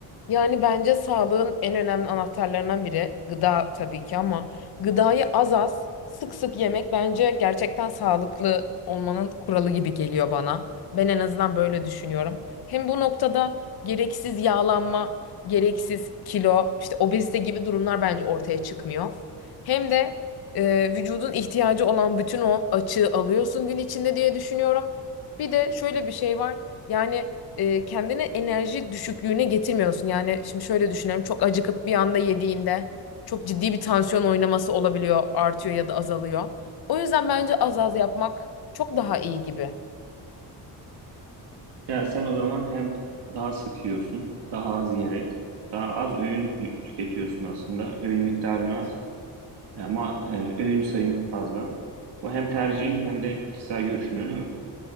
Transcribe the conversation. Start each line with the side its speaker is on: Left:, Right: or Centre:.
Left: Yani bence sağlığın en önemli anahtarlarından biri gıda tabii ki ama gıdayı az az sık sık yemek bence gerçekten sağlıklı olmanın kuralı gibi geliyor bana. Ben en azından böyle düşünüyorum. Hem bu noktada gereksiz yağlanma, gereksiz kilo, işte obezite gibi durumlar bence ortaya çıkmıyor. Hem de e, vücudun ihtiyacı olan bütün o açığı alıyorsun gün içinde diye düşünüyorum. Bir de şöyle bir şey var. Yani e, kendini enerji düşüklüğüne getirmiyorsun. Yani şimdi şöyle düşünüyorum. Çok acıkıp bir anda yediğinde çok ciddi bir tansiyon oynaması olabiliyor, artıyor ya da azalıyor. O yüzden bence az az yapmak çok daha iyi gibi.
Right: Ya sen o zaman hem daha sık yiyorsun, daha az yiyerek, daha az öğün y- tüketiyorsun aslında. Öğün miktarın az ama e, öğün sayın fazla. Bu hem tercihin hem de kişisel görüşün öyle mi?